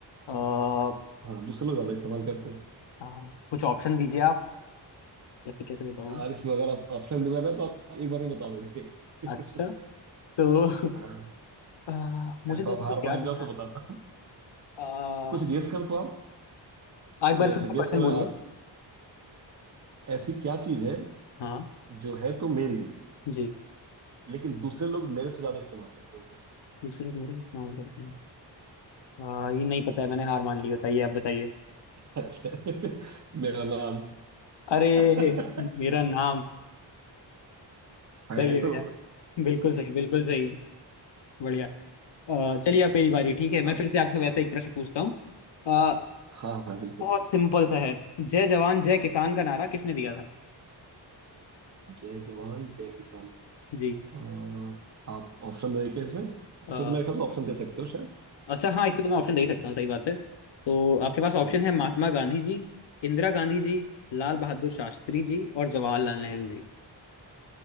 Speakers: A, on the left (about 70°); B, on the right (about 40°).
A: अ,
B: हाँ दूसरे लोग ज्यादा इस्तेमाल करते हैं
A: अ, कुछ ऑप्शन दीजिए आप जैसे कैसे बताऊँ
B: यार इसमें अगर आप ऑप्शन दूंगा ना तो आप एक बार में बता दोगे <laughs>
A: अच्छा तो <laughs>
B: हाँ
A: अ, मुझे
B: या
A: तो
B: तो
A: ऐसा
B: आप हार
A: कुछ
B: मान
A: याद नहीं
B: जाओ तो
A: आ
B: बताता हूँ
A: रहा
B: कुछ गेस कर पाओ
A: अ, एक
B: कुछ
A: बार
B: ऐसा
A: फिर से क्वेश्चन
B: गेस करो
A: बोलिए
B: आप ऐसी क्या चीज है
A: हाँ
B: जो है तो मेरी
A: जी
B: लेकिन दूसरे लोग मेरे से ज्यादा इस्तेमाल करते हैं
A: दूसरे तुम्हारे से इस्तेमाल करते हैं अ, ये नहीं पता है मैंने हार मान ली बताइए आप बताइए
B: अच्छा <laughs> मेरा नाम
A: अरे
B: <laughs>
A: <laughs> मेरा नाम <laughs> सही
B: हाँ ये
A: है मेरा
B: तो
A: बिल्कुल सही बिल्कुल सही बढ़िया अ, चलिए अब मेरी बारी ठीक है मैं
B: आप
A: फिर से आपसे वैसा एक प्रश्न पूछता हूँ अ,
B: हाँ हाँ बिल्कुल
A: बहुत सिंपल सा है जय जवान जय किसान का नारा किसने दिया था
B: जय जवान जय किसान
A: जी
B: अ, आप ऑप्शन दोगे क्या इसमें इसमें
A: अ,
B: तो मेरे ख्याल से ऑप्शन दे सकते हो शायद
A: अच्छा हाँ इस पे तो मैं ऑप्शन दे ही सकता हूँ सही बात है तो आपके पास ऑप्शन
B: हम्म।
A: है महात्मा गांधी जी इंदिरा गांधी जी लाल बहादुर शास्त्री जी और जवाहरलाल नेहरू जी